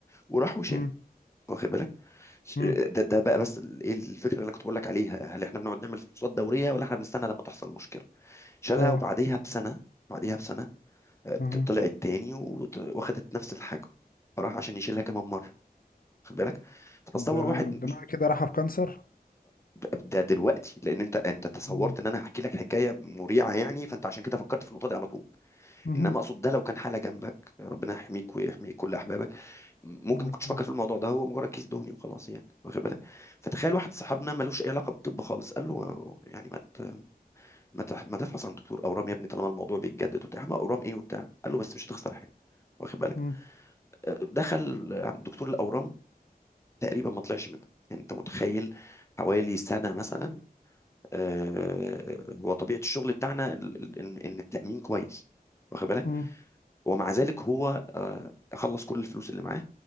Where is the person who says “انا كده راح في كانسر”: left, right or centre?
Left